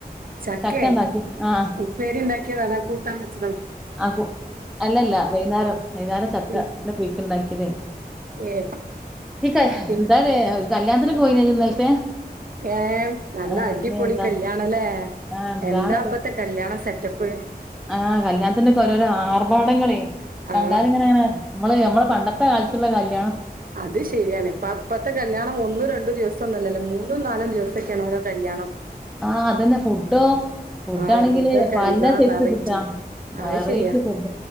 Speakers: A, on the right; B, in the centre.
A: ചക്കേ?
B: ചക്ക ഉണ്ടാക്കി ആഹ്
A: ഉപ്പേരീണ്ടാക്കിയതാ അതാ കൂട്ടാൻ വച്ച
B: ആ കൂ, അല്ലല്ല, വൈന്നേരം വൈന്നേരം ചക്കൻ്റെ
A: ഉം.
B: പുയുക്ക് ഉണ്ടാക്കിയതേന്.
A: ഏ
B: നീ <unintelligible>
A: പിന്നെ
B: കല്യാണത്തിന് പോയില്ലേ ഇന്നലത്തെ?
A: ങേ നല്ല
B: ആ, എന്തൊക്കെ
A: അടിപൊളി
B: എന്താ
A: കല്യാണല്ലേ!
B: ആഹ് എന്താണ്
A: എന്താ ഇപ്പത്തെ കല്യാണം സെറ്റപ്പ്
B: ആഹ് കല്യാണത്തിന് ഓരോരോ ആർഭാടങ്ങളെ
A: ആ
B: കണ്ടാല് ഇങ്ങനെ നമ്മളെ പണ്ടത്തെ കാലത്ത് ഉള്ള കല്യാണ
A: അത് ശരിയാണ് ഇപ്പൊ ഇപ്പത്തെ കല്യാണം ഒന്നും രണ്ടും ദിവസംഒന്നുമല്ലല്ലോ മൂന്ന് മൂന്നും നാലും ദിവസൊക്കെയാണ് ഓരോ കല്യാണം
B: ആഹ അതന്നെ ഫുഡോ ഫുഡാണെങ്കില്
A: ആഹ ഫുഡൊക്കെ
B: പല
A: എന്താ
B: സൈസ്
A: വെറൈറ്റി
B: ഫുഡാ
A: അത്
B: വെറൈറ്റി
A: ശരിയാ
B: ഫുഡ്